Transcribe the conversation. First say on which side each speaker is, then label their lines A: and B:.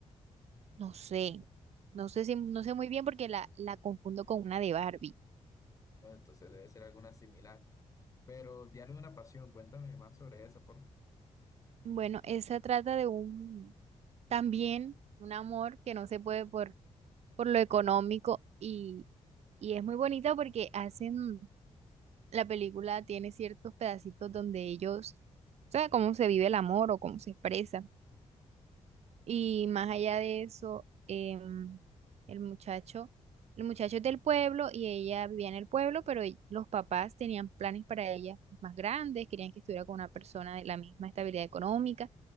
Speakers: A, on the right; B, on the left.
A: No sé. No sé si, no sé muy bien porque la, la confundo con una de Barbie.
B: Bueno, entonces debe ser alguna similar. Pero Diario de una Pasión, cuéntame más sobre esa, por favor.
A: Bueno, esa trata de un, también un amor que no se puede por, por lo económico y, y es muy bonita porque hacen, la película tiene ciertos pedacitos donde ellos, o sea, cómo se vive el amor o cómo se expresa. Y más allá de eso, em, el muchacho, el muchacho es del pueblo y ella vivía en el pueblo, pero ell- los papás tenían planes para ella más grandes, querían que estuviera con una persona de la misma estabilidad económica